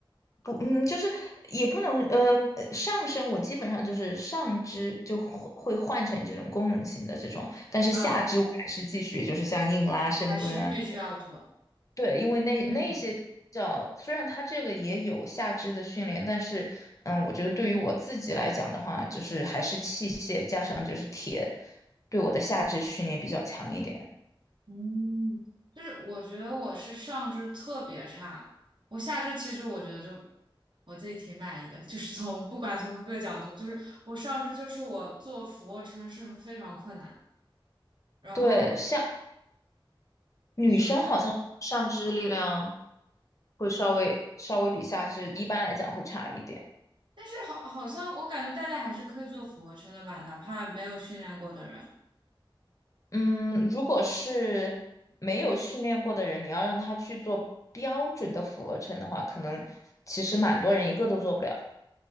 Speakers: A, on the left; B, on the right.
A: 不，嗯，就是也不能，呃，呃上身我基本上就是上肢就会会换成这种功能性的这种，但是下肢我还是继续就是像硬拉、
B: 嗯，
A: 深蹲啊那些。
B: 还是必须要做。
A: 对，因为那那些叫虽然它这个也有下肢的训练，
B: 嗯
A: 但是，嗯，我觉得对于我自己来讲的话，就是还是器械加上就是铁，对我的下肢训练比较强一点。
B: 嗯，就是我觉得我是上肢特别差，我下肢其实我觉得就我自己挺满意的，就是从不管从各个角度，就是我上肢就是我做俯卧撑是非常困难。然后
A: 对，像女生好像上肢力量
B: 所
A: 会稍微稍微比下肢一般来讲会差一点。
B: 但是好，好像我感觉大家还是可以做俯卧撑的吧，哪怕没有训练过的人。
A: 嗯，如果是没有训练过的人，你要让他去做标准的俯卧撑的话，可能其实蛮多人一个都做不了。